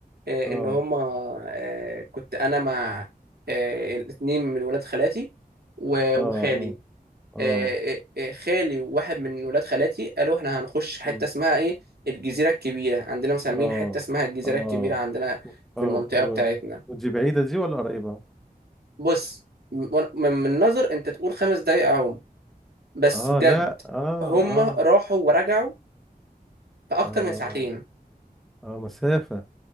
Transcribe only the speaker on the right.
آه،
ان هما آه، كنت انا مع آه، الاتنين من ولاد خالاتي و...
وخالي
آه، آه، آه، خالي وواحد من ولاد خالاتي قالوا احنا هنخش حته
اسمها ايه الجزيره الكبيره عندنا مسمين
حته اسمها الجزيره
الكبيره عندنا
في المنطقه
بتاعتنا
بص من من نظر انت تقول خمس دقايق اهو بس
بجد
هم
راحوا ورجعوا في اكتر
من ساعتين